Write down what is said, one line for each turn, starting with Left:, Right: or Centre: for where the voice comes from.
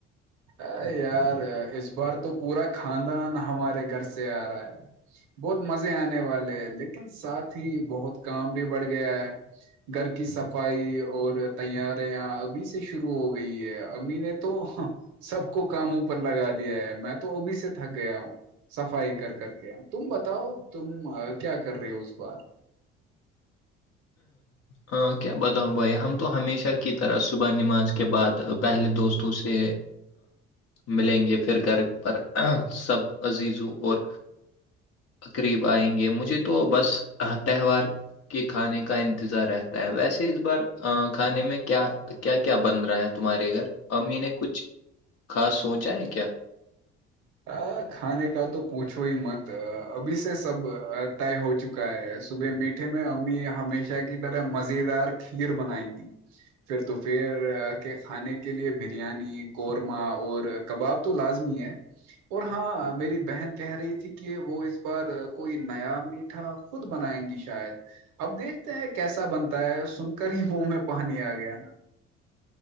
Right: اچ <inaudible> ا یار اس بار تو پورا خاندان ہمارے گھر سے آ رہا ہے بہت مزے آنے والے ہیں لیکن ساتھ ہی بہت کام بھی بڑھ گیا ہے گھر کی صفائی اور تیاریاں ابھی سے شروع ہو گئی ہے امین تو سب کو کاموںوپر لگا دیا ہے میں تو ابھی سے تھک گیا ہوں صفائی کر کر کے تم بتاؤ تم کیا کر رہی ہو اس بار
Left: ہ کیا بتاؤ بھائی ہم تو ہمیشہ کی طرح صبح نماز کے بعد پہلے دوستوں سے ملیں گے پھر گھر پر سب عزیزوں اور قریب آئیں گے مجھے تو بس تہوار کے کھانے کا انتظار رہتا ہے ویسے اس بار کھانے میں کیا کیا کیا بن رہا ہے تمہارے گھر امی نے کچھ خاص سوچا ہے کیا
Right: ا کھانان کا تو پوچھو ہی مت ابھی سے سب طے ہو چکا ہے صبح میٹھے میں امی ہمیشہ کی طرح مز دار کھیر بنائیں گی پھر دوپہر کے کھانے کے لیے بریانی قورمہ اور کباب تو لازمی ہے اور ہاں میری بہن کہہ رہی تھی کہ وہ اس بار کوئی نیا می خود بنائیں گی شاید اب دیکھتے ہیں کیسا بنتا ہے سن کر ہی منہ میں پانی آ گیا نا